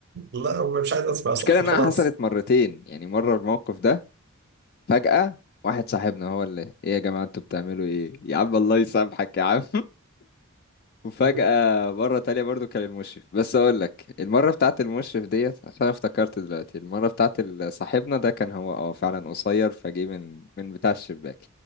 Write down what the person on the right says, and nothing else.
لا مش عايز أسمع صح
<laughs> خلاص
آه.